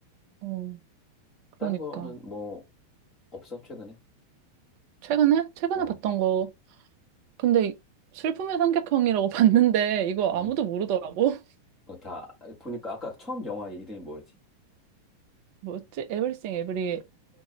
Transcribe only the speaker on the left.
다른 거는 뭐, 없어, 최근에?
어,
음,
어, 다, 보니까 아까 처음 영화 이름이 뭐였지?